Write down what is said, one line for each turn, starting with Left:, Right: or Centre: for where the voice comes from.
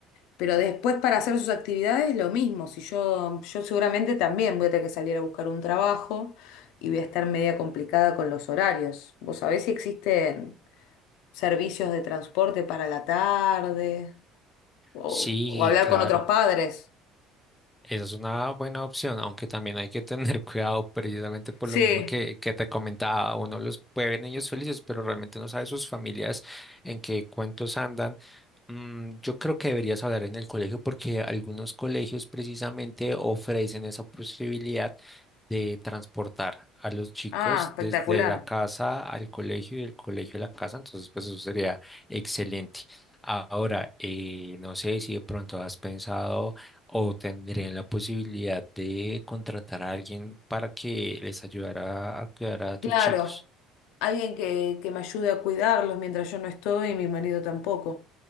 Left: Pero después para hacer sus actividades, lo mismo. Si yo, yo seguramente también voy a tener que salir a buscar un trabajo y voy a estar media complicada con los horarios. ¿Vos sabés si existen servicios de transporte para la tarde o
Centre: Sí,
Left: o hablar
Centre: claro.
Left: con otros padres?
Centre: Esa es una buena opción, aunque también hay que tener <laughs> cuidado precisamente por
Left: Sí.
Centre: lo mismo que, que te comentaba. Uno los puede ver niños felices, pero realmente no sabe sus familias en qué cuentos andan. Mm, yo creo que deberías hablar en el colegio porque algunos colegios precisamente ofrecen esa posibilidad de transportar a los chicos
Left: Ah, espectacular.
Centre: desde la casa al colegio y del colegio a la casa. Entonces, pues eso sería excelente. Ahora, eh, no sé si de pronto has pensado o tendrían la posibilidad de contratar a alguien para que les ayudara a cuidar a
Left: Claro,
Centre: tus chicos.
Left: alguien que, que me ayude a cuidarlos mientras yo no estoy y mi marido tampoco.